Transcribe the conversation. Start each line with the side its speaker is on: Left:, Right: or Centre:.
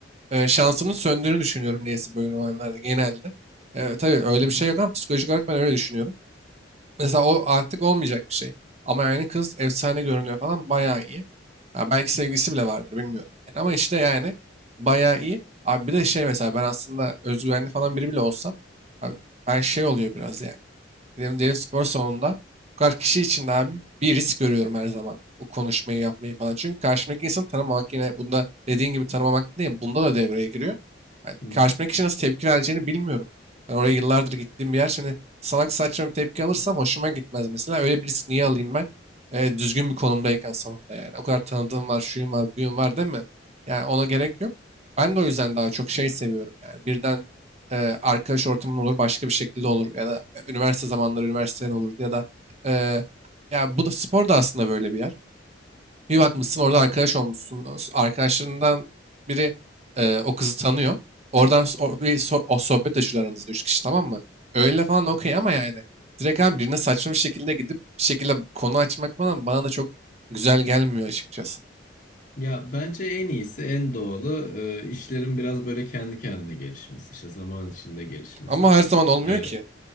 Right: e, şansının söndüğünü düşünüyorum neyse böyle olaylarda genelde. E, tabii öyle
Left: Hı hı,
Right: bir şey yok ama psikolojik olarak ben öyle düşünüyorum. Mesela o artık olmayacak bir şey. Ama yani kız efsane görünüyor falan bayağı iyi. Ha, belki sevgilisi bile vardır bilmiyorum. Yani ama işte yani bayağı iyi. Abi bir de şey mesela ben aslında özgüvenli falan biri bile olsam abi ben şey oluyor biraz yani. Benim derin spor salonunda bu kadar kişi için de abi bir risk görüyorum her zaman. Bu konuşmayı yapmayı falan. Çünkü karşımdaki insanı tanımamak yine bunda dediğin gibi tanımamak değil. Bunda da devreye giriyor. Yani
Left: hı hı.
Right: karşımdaki kişi nasıl tepki vereceğini bilmiyorum. Ben oraya yıllardır gittiğim bir yer. Şimdi salak saçma bir tepki alırsam hoşuma gitmez mesela. Öyle bir risk niye alayım ben? Ee, düzgün bir konumdayken salonda yani. O kadar tanıdığım var, şuyum var, buyum var değil mi? Yani ona gerek yok. Ben de o yüzden daha çok şey seviyorum yani. Birden e, arkadaş ortamın olur, başka bir şekilde olur ya da e, üniversite zamanları üniversiteden olur ya da e, ya bu da spor da aslında böyle bir yer. Bir bakmışsın orada arkadaş olmuşsun. Arkadaşlarından biri e, o kızı tanıyor. Oradan s- bir so- o sohbet açıyorlar aranızda üç kişi tamam mı? Öyle falan okey ama yani direkt abi birine saçma bir şekilde gidip bir şekilde konu açmak falan bana da çok güzel gelmiyor açıkçası.
Left: Ya bence en iyisi, en doğalı e, işlerin biraz böyle kendi kendine gelişmesi, işte zaman içinde gelişmesi.
Right: Ama her zaman olmuyor
Left: E,
Right: ki.